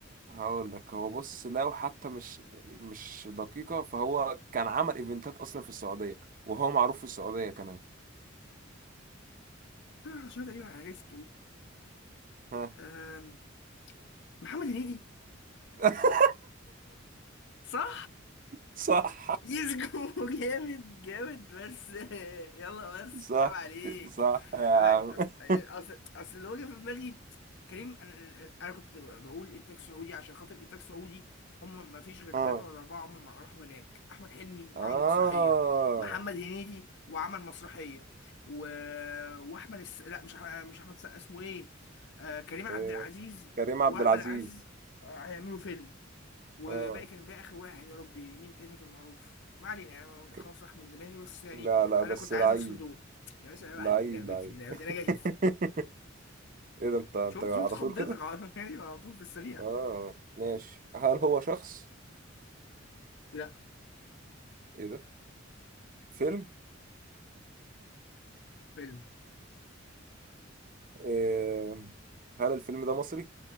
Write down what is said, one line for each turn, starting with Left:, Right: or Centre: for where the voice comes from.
Right: هقول لك هو بص لو حتى مش مش دقيقة فهو كان عمل ايفنتات اصلا في السعودية وهو معروف في السعودية كمان
Left: انا واحد عشان تقريبا عرفته
Right: ها
Left: آم، محمد هنيدي
Right: <laughs>
Left: صح
Right: صح
Left: يسجو <laughs> جامد جامد بس يلا بس
Right: صح
Left: عيب عليك
Right: صح يا
Left: عيب عليك
Right: عم
Left: اصل
Right: <laughs>
Left: اصل اصل اللي هو جه في دماغي كريم انا <laughs> انا كنت بقول انتاج سعودي عشان خاطر انتاج سعودي هم ما فيش غير
Right: اه
Left: ثلاثة ولا أربعة عمر ما راحوا هناك أحمد حلمي وعمل
Right: اه
Left: مسرحية محمد هنيدي وعمل مسرحية و... وأحمد الس... لا مش أحمد مش أحمد السقا اسمه إيه آه كريم عبد
Right: إيه،
Left: العزيز
Right: كريم عبد
Left: وأحمد
Right: العزيز
Left: عز هيعملوا فيلم وباقي
Right: اه
Left: كان بقى اخر واحد يا ربي مين تاني كان معروف ما علينا يعني
Right: ك-
Left: خلاص راح من دماغي بس يعني
Right: لا لا
Left: انا
Right: بس
Left: كنت
Right: لعيب
Left: عايز افصل دول يا باشا عيب عليك
Right: لعيب
Left: دي لعبتي
Right: لعيب
Left: دي لعبتي انا جاهز
Right: <laughs> ايه ده انت انت
Left: شفت
Right: على
Left: شفت خضتك
Right: طول كده
Left: على <laughs> يعني على طول في السريع
Right: اه ماشي هل هو شخص
Left: لا
Right: ايه ده فيلم
Left: فيلم
Right: إيه... هل الفيلم ده مصري